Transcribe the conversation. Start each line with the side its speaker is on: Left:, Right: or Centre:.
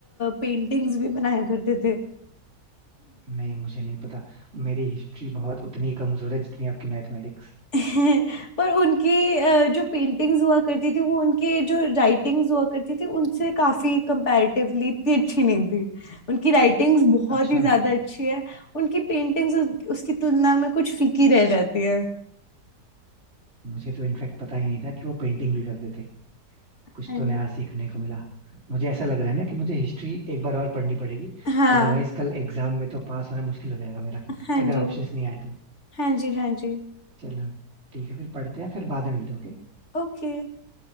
Left: पेंटिंग्स भी बनाया करते थे
Right: नहीं मुझे नहीं पता मेरी हिस्ट्री बहुत उतनी कमजोर है जितनी आपकी मैथमेटिक्स
Left: <clears throat> पर उनकी अ, जो पेंटिंग्स हुआ करती थी वो उनके जो राइटिंग्स हुआ करती थी उनसे काफी कंपैरेटिवली इतनी अच्छी नहीं थी उनकी राइटिंग्स बहुत
Right: अच्छा
Left: ही ज्यादा अच्छी है उनकी पेंटिंग्स उसकी तुलना में कुछ फीकी रह जाती
Right: मुझे तो इनफैक्ट पता ही नहीं था कि वो पेंटिंग भी करते थे कुछ
Left: है
Right: तो नया सीखने को मिला मुझे ऐसा लग रहा है ना कि मुझे हिस्ट्री एक बार और पढ़नी पड़ेगी
Left: हाँ
Right: अदरवाइज कल एग्जाम में तो पास होना मुश्किल हो जाएगा मेरा
Left: हाँ
Right: अगर
Left: जी
Right: ऑप्शंस नहीं आए तो
Left: हाँ जी हाँ जी
Right: चलो ठीक है फिर पढ़ते हैं फिर बाद में मिलते हैं ओके
Left: ओके